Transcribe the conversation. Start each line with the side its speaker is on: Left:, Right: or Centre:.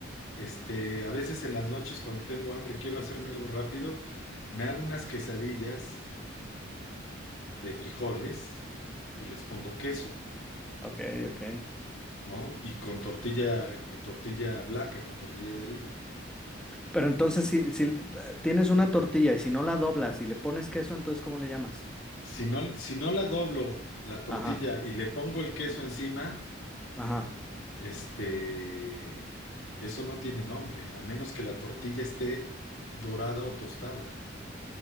Left: Este, a veces en las noches cuando tengo hambre, quiero hacerme algo rápido, me hago unas quesadillas de frijoles y les pongo queso,
Centre: ok, ok.
Left: ¿no? Y con tortilla, con tortilla blanca, con tortilla de harina.
Centre: Pero entonces, si, si eh, tienes una tortilla y si no la doblas y le pones queso, entonces, ¿cómo le llamas?
Left: Si no, si no la doblo la tortilla
Centre: Ajá,
Left: y le pongo el queso encima,
Centre: ajá.
Left: este, eso no tiene nombre, a menos que la tortilla esté dorada o tostada.